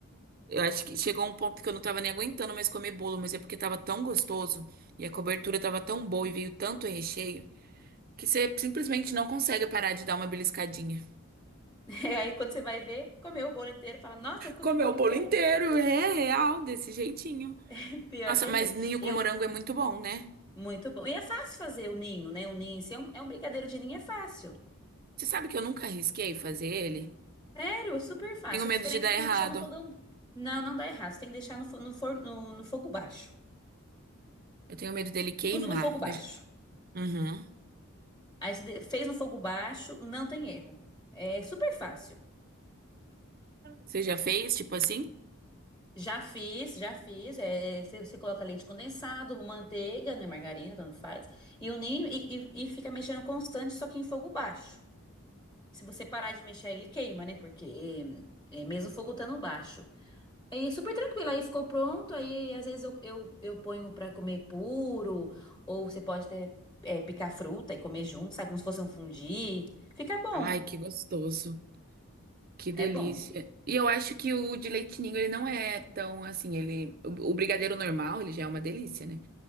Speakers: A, on the right; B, on the left.
A: Eu acho que chegou um ponto que eu não tava nem aguentando mais comer bolo, mas é porque tava tão gostoso e a cobertura tava tão boa e veio tanto recheio que você simplesmente não consegue parar de dar uma beliscadinha.
B: <laughs> E Aí quando você vai ver, comeu o bolo inteiro, fala, nossa, eu comi
A: Comeu
B: o bolo
A: o bolo
B: inteiro.
A: inteiro, é real, desse jeitinho.
B: <laughs> Pior
A: Nossa,
B: que é
A: mas
B: mesmo.
A: ninho
B: Eu,
A: com morango é muito bom, né?
B: muito bom. E é fácil fazer o ninho, né? O ninho, se é um, é um brigadeiro de ninho, é fácil.
A: Você sabe que eu nunca arrisquei fazer ele?
B: Sério, é super fácil.
A: Tenho medo
B: A diferença
A: de dar
B: é que tem
A: errado.
B: que deixar no fogão... Não, não dá errado. Você tem que deixar no, fo- no forno, no, no fogo baixo.
A: Eu tenho medo dele queimar.
B: Tudo no fogo baixo.
A: Eu já- Uhum.
B: Aí você de- fez no fogo baixo, não tem erro. É super fácil.
A: Você já fez, tipo assim?
B: Já fiz, já fiz. É, você, você coloca leite condensado, manteiga, né, margarina, tanto faz, e o ninho e, e- e fica mexendo constante, só que em fogo baixo. Se você parar de mexer, ele queima, né? Porque é, é mesmo o fogo estando baixo. É super tranquilo. Aí ficou pronto. Aí às vezes eu, eu, eu ponho pra comer puro, ou você pode até é, picar fruta e comer junto, sabe? Como se fosse um fondue. Fica bom.
A: Ai, que gostoso. Que delícia.
B: É bom.
A: E eu acho que o de leite ninho, ele não é tão assim, ele... O o brigadeiro normal, ele já é uma delícia, né?